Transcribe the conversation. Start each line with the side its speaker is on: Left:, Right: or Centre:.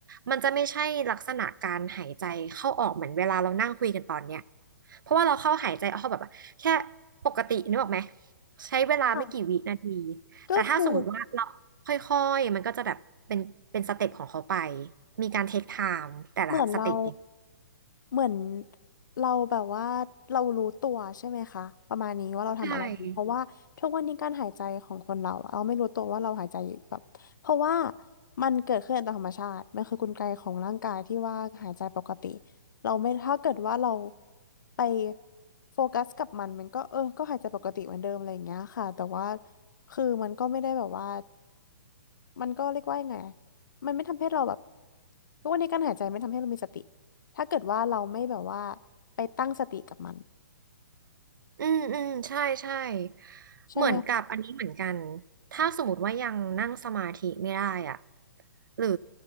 Right: มันจะไม่ใช่ลักษณะการหายใจเข้าออกเหมือนเวลาเรานั่งคุยกันตอนเนี้ยเพราะว่าเราเข้าหายใจเข้าแบบว่าแค่ปกตินึกออกไหมใช้เวลาไม่กี่วินาที
Left: ค่ะก็คือ
Right: แต่ถ้าสมมติว่าเราค่อยๆมันก็จะแบบเป็นเป็นสเต็ปของเขาไปมีการเทคไทม์แต่ละสเต็ป
Left: เหมือนเราเหมือนเราแบบว่าเรารู้ตัวใช่ไหมคะประมาณนี้ว่าเราทำอะไรอยู่เพราะว่าทุกวันนี้การหายใจของคนเราอะเราไม่รู้ตัวว่าเราหายใจอยู่แบบเพราะว่า
Right: ใช่
Left: มันเกิดขึ้นตามธรรมชาติมันคือกลไกของร่างกายที่ว่าหายใจปกติเราไม่ถ้าเกิดว่าเราไปโฟกัสกับมันมันก็เออก็หายใจปกติเหมือนเดิมอะไรอย่างเงี้ยค่ะแต่ว่าคือมันก็ไม่ได้แบบว่า มันก็เรียกว่ายังไงอะมันไม่ทำให้เราแบบทุกวันนี้การหายใจไม่ทำให้เรามีสติ ถ้าเกิดว่าเราไม่แบบว่าไปตั้งสติกับมัน
Right: อืมอืมใช่ใช่
Left: ใช่ไหม
Right: เหมือนกับอันนี้เหมือนกันถ้าสมมติว่ายังนั่งสมาธิไม่ได้อ่ะหรือ